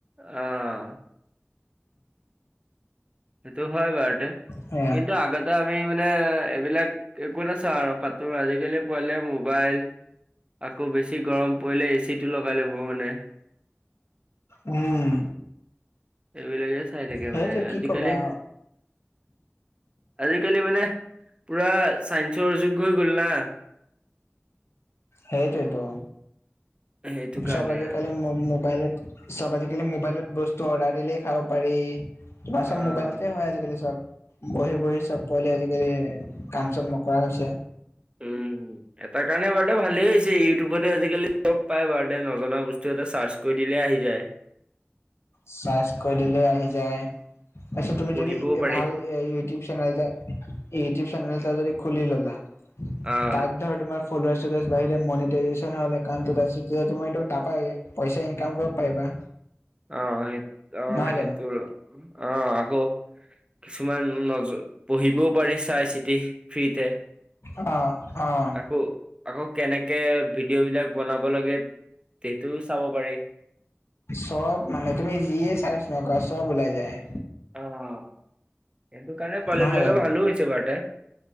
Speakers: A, on the right (about 25°); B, on the left (about 80°).
A: অঁ। সেইটো হয় বাৰুতে
B: সেয়া
A: কিন্তু আগত তে আমি মানে এইবিলাক একো নাচাওঁ আৰু সাঁতোৰ আজিকালি পোৱালিয়ে মোবাইল। আকৌ বেছি গৰম পৰিলে এচিটো লগাই ল'ব মানে।
B: উম।
A: সেইবিলাকে চাই থাকে
B: সেইটোৱে
A: মানে
B: কি
A: আজিকালি
B: কবা
A: আজিকালি মানে পুৰা চাইন্সৰ যুগ হৈ গ'ল না।
B: সেইটোৱেটো,
A: সেইটো কাৰণে
B: চব আজিকালি
A: আৰু
B: ম মোবাইলত চব আজিকালি মোবাইলত বস্তু অৰ্ডাৰ দিলেই খাব পাৰি। তোমাৰ চব
A: অ',
B: মোবাইলতে হয় আজিকালি চব। বহি বহি চব পোৱালি আজিকালি কাম চাম নকৰা হৈছে।
A: উম এটাৰ কাৰণে বাৰু দে ভালেই হৈছে ইউটিউবতে আজিকালি চব চব পাই বাৰু দে নজনা বস্তু এটা চাৰ্চ কৰি দিলে আহি যায়।
B: চাৰ্চ কৰি দিলে আহি যায়। তাৰপিছত তুমি
A: পঢ়িবও
B: যদি এ
A: পাৰি
B: ভাল এই ইউটিউব চেনেল এটা ইউটিউব চেনেল এটা যদি খুলি ল'লা।
A: অহ।
B: তাত ধৰ তোমাৰ ফলৱাৰ্চ চলৱাৰ্চ বাঢ়িলে মনিটাইজেচন হ'লে কামটো বেছিকে তোমাৰ এইটো তাপাই এই পইচা ইনকাম কৰিব পাৰিবা।
A: অঁ সেই অঁ
B: নহয়
A: সেইটো
B: জানো?
A: অঁ আকৌ কিছুমান নজ পঢ়িবও পাৰি চাই চিতি ফ্ৰীতে।
B: অঁ অঁ।
A: আকৌ আকৌ কেনেকে ভিডিঅ' বিলাক বনাব লাগে সেইটোও চাব পাৰি।
B: চব মানে তুমি যিয়ে চাৰ্চ নকৰা চব ওলাই যায়।
A: অঁ সেইটো কাৰণে পোৱালি
B: নহয়
A: বিলাকৰ
B: জানো?
A: ভালো হৈছে বাৰুতে।